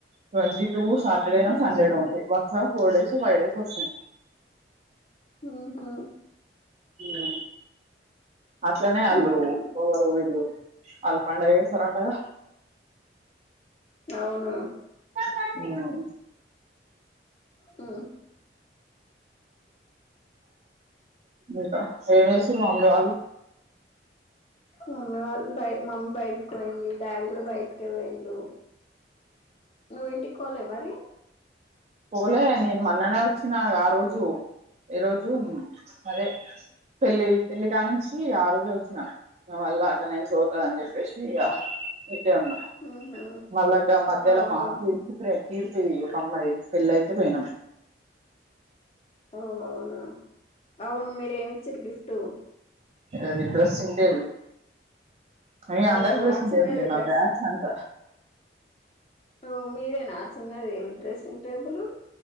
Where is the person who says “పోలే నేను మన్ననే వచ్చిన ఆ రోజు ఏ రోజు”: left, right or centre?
Right